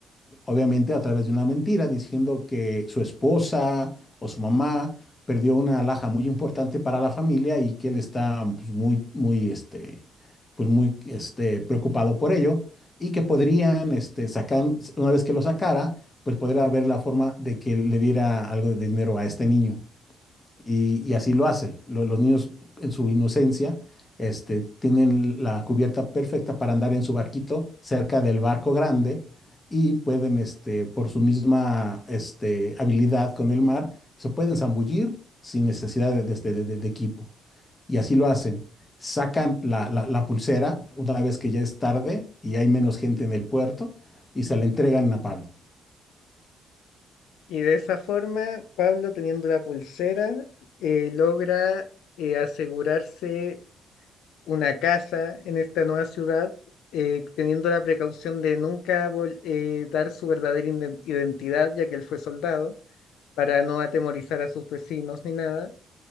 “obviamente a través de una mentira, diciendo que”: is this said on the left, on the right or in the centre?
Left